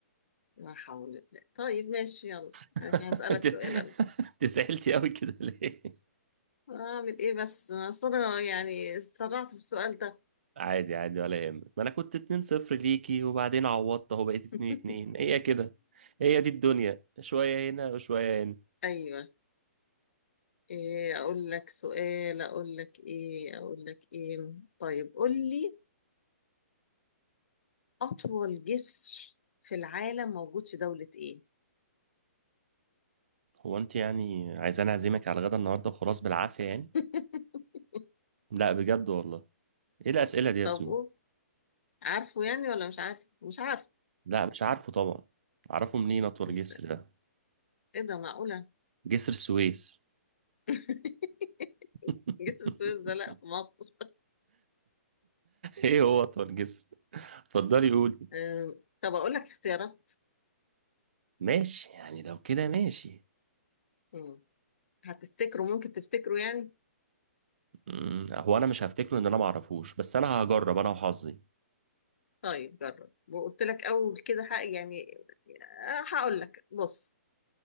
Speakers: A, on the left; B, on the right.
A: لا حول الله طيب ماشي يلا
B: <laughs>
A: ماشي هسألك
B: انت
A: سؤال انا
B: انت زعلتي قوي كده ليه؟
A: <laughs> اعمل ايه بس اصل انا يعني اتسرعت في السؤال ده
B: عادي عادي ولا يهمك ما انا كنت 2-0 ليكي وبعدين عوضت اهو بقيت 2-2
A: <laughs>
B: هي كده هي دي الدنيا شوية هنا وشوية هنا
A: ايوه ايه اقول لك سؤال اقول لك ايه اقول لك ايه طيب قول لي أطول جسر في العالم موجود في دولة إيه؟
B: هو انت يعني عايزاني اعزمك على الغدا النهارده وخلاص بالعافية يعني؟
A: <laughs>
B: لا بجد والله ايه الأسئلة دي يا
A: طب
B: سو؟
A: قول عارفه يعني ولا مش عارف؟ مش عارف
B: لا مش عارفه طبعا اعرفه منين اطول
A: إز-
B: جسر ده؟
A: إيه ده معقولة؟
B: جسر السويس
A: <laughs>
B: <laughs>
A: جسر السويس ده لأ في مصر
B: ايه هو اطول جسر؟ اتفضلي قولي
A: أم، طب أقول لك اختيارات
B: ماشي يعني لو كده ماشي
A: مم. هتفتكره ممكن تفتكره يعني؟
B: مم، هو انا مش هفتكره ان انا معرفوش بس انا هجرب انا وحظي
A: طيب جرب وقلت لك أول كده حق يعني آه، هقول لك بص